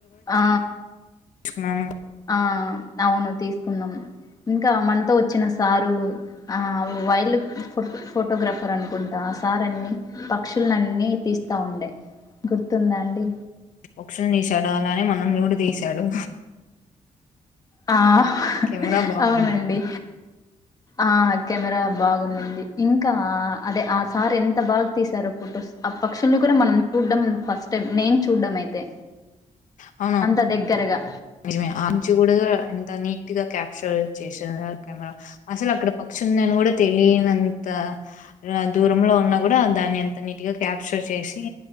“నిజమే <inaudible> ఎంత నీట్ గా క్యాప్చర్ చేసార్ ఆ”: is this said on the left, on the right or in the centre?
Left